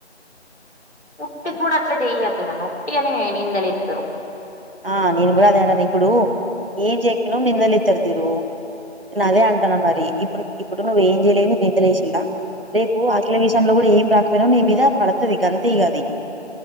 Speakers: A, on the left; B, on the right.
A: ఉట్టి గూడా అట్లా చెయొద్దు గాని ఉట్టిగనె నింద లేత్తరు
B: ఆ నేను గూడా అదే అనేది ఇప్పుడు ఏం జెయ్యకపోయినా నిందలేత్తరు తిరు అదే అంటున్నా మరి ఇప్పుడు ఇప్పుడు నువ్వు ఏం జేయలే నిందలేషిర్లా రేపు ఆఖిల విషయంలో గూడా ఏం కాకపోయినా నీ మీద పడతది గంతే ఇగ అది